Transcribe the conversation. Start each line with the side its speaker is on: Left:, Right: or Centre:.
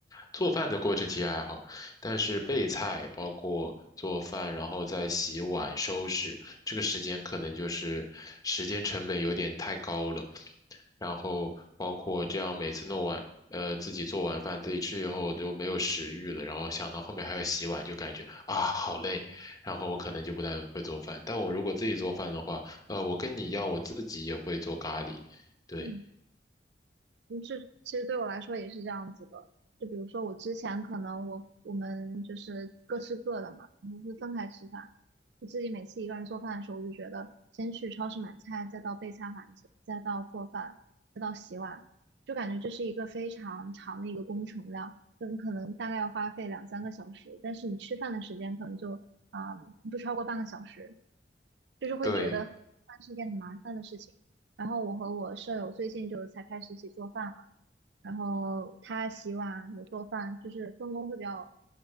Left: 做饭的过程其实还好，但是备菜包括做饭，然后再洗碗、收拾，这个时间可能就是时间成本有点太高了。然后包括这样每次弄完，呃，自己做完饭自己吃以后都没有食欲了，然后想到后面还要洗碗，就感觉啊好累，然后我可能就不太会做饭。但我如果自己做饭的话，呃，我跟你一样，我自己也会做咖喱，对
Right: 嗯，就是，其实对我来说也是这样子的。就比如说，我之前可能我我们就是各吃各的嘛，然后会分开吃饭。我自己每次一个人做饭的时候，我就觉得先去超市买菜，再到备菜环节，再到做饭，再到洗碗，就感觉这是一个非常长的一个工程量，就你可能大概要花费两三个小时，但是你吃饭的时间可能就啊、不超过半个小时。就是会觉得饭是一件很麻烦的事情。
Left: 对。
Right: 然后我和我舍友最近就才开始一起做饭嘛，然后他洗碗，我做饭，就是分工会比较